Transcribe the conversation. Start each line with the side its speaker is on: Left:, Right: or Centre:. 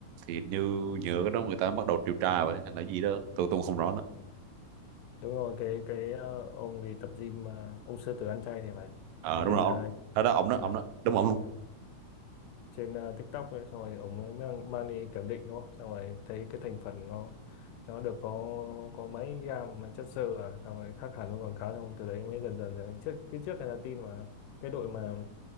Right: thì như nhờ cái đó người ta bắt đầu điều tra vậy hay là gì đó tôi tôi không rõ nữa
Left: đúng rồi cái cái ờ, ông thì tập gym mà ông sư tử ăn chay thì phải
Right: ờ
Left: ở
Right: đúng
Left: bên
Right: rồi ông
Left: ờ,
Right: đó đó ông đó
Left: ừ,
Right: ông đó đúng ông luôn
Left: trên ờ, TikTok ấy, xong rồi ông ấy mang, mang đi kiểm định đúng không xong rồi thấy cái thành phần nó nó được có có mấy gram mà chất xơ à xong rồi khác hẳn với quảng cáo xong từ đấy mới dần dần, dần. trước cái trước là tin mà cái đội mà